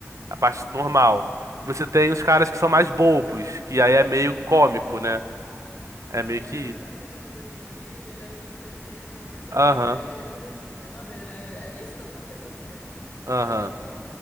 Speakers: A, on the right; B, on the left.
A: a parte normal. E você tem os caras que são mais bobos, que aí é meio cômico, né? É meio
B: É,
A: que.
B: os caras tentam fazer ele rir, ele às vezes cedendo, mas sempre
A: Aham,
B: sério. É maneiro, é, é isso que eu gostei da série.
A: aham.
B: Aí então